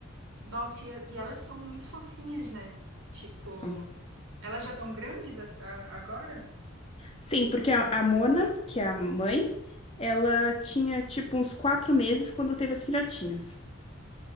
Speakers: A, on the right (about 85°); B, on the left (about 30°).
A: Nossa, e, e elas são muito fofinhas, né? Tipo,
B: São
A: elas já estão grandes a- a- agora?
B: Sim, porque a,
A: Mas
B: a
A: tu?
B: Mona, que é a mãe, ela
A: Sim.
B: tinha tipo uns quatro meses quando teve as filhotinhas.